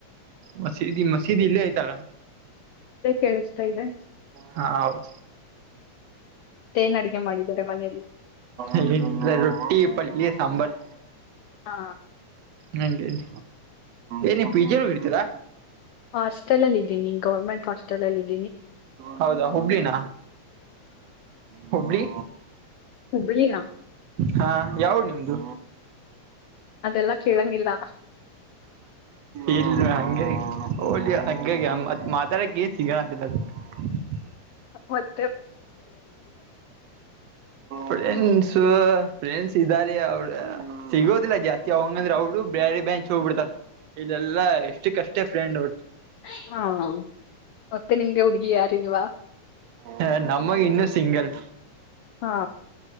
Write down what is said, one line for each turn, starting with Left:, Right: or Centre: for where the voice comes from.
Right: ಮಸೀದಿ ಮಸೀದಿ ಇಲ್ಲೈತ್ತಲ
Left: ಅದೇ ಕೇಳಿಸ್ತಾ ಇದೆ
Right: ಹಾ ಹೌದು
Left: ಏನ್ ಅಡ್ಗೆ ಮಾಡಿದ್ದಾರೆ ಮನೇಲಿ
Right: ಇಲ್ಲಿ ರೊಟ್ಟಿ ಪಲ್ಯ ಸಾಂಬಾರ್
Left: ಹಾ
Right: ನಂಗೆನ್ ಏನ ಪಿಜ್ಜ ಇಡ್ತೀರಾ
Left: ಹಾಸ್ಟೆಲ್ ಅ ಇದ್ದೀನೀ ಗೌರ್ಮೆಂಟ್ ಹಾಸ್ಟೆಲ್ ಅಲ್ಲ್ದನಿ
Right: ಹೌದಾ ಹುಬ್ಳಿನ ಹುಬ್ಳ್ಳಿ
Left: ಹುಬ್ಬಳ್ಳಿ ನ
Right: ಹಾ ಯಾವೂರು ನಿಮ್ದು
Left: ಅದೆಲ್ಲ ಕೇಳಂಗಿಲ್ಲ
Right: ಇಲ್ ಹಂಗೆ ಹ ಹಂಗೆತ್ ಮಾತಾಡಕ ಏನ್ ಸಿಗೋಣ ಅಂತಿಲ್ಲ <unintelligible>
Left: ಓತ್
Right: ಒಲೆನ್ ಸ ಫ್ರೆಂಡ್ಸ್ ಇದ್ದಾರಿ ಅವರು ಸಿಗೋದಿಲ್ಲ ಜಾಸ್ತಿ ಅವಂಗ ಅಂದ್ರ ಅವ್ರು ಬ್ಯಾ ರಿ ಬ್ಯಾಂಚ್ ಹೋಗ್ ಬಿಡ್ತಾರ ಇಲ್ಲೆಲ್ಲಾ ಎಷ್ಟಕ್ಕಷ್ಟೇ ಫ್ರೆಂಡ್ ಅವಡ್
Left: ಹಾ ಮತ್ತೆ ನಿಮ್ಗೆ ಹುಡ್ಗಿ ಯಾರಿಲ್ವಾ
Right: ಹ ನಮ್ಮಗ್ ಇನ್ನುೂ ಸಿಂಗಲ್
Left: ಹಾ